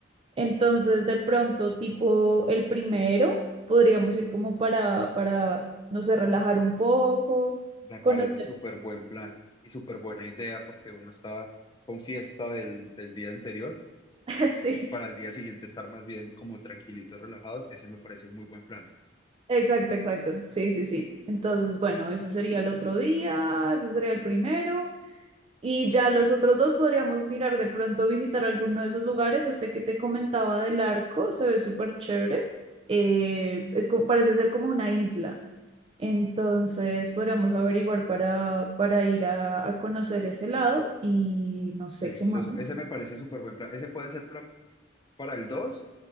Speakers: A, on the right; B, on the left.
A: Entonces, de pronto, tipo el primero, podríamos ir como para, para, no sé, relajar un poco,
B: me
A: conocer.
B: parece súper buen plan y súper buena idea porque uno está con fiesta del, del día anterior,
A: <laughs>
B: entonces
A: Sí,
B: para el día siguiente estar más bien como tranquilitos, relajados, ese me parece un muy buen plan.
A: Exacto, exacto. Sí, sí, sí. Entonces, bueno, eso sería el otro día, eso sería el primero. Y ya los otros dos podríamos mirar de pronto visitar alguno de esos lugares. Este que te comentaba del arco se ve súper chévere. Eh, es como, parece ser como una isla. Entonces podríamos averiguar para, para ir a, a conocer ese lado y no sé
B: Delicioso,
A: qué más.
B: ese me parece súper buen plan. Ese puede ser plan para el dos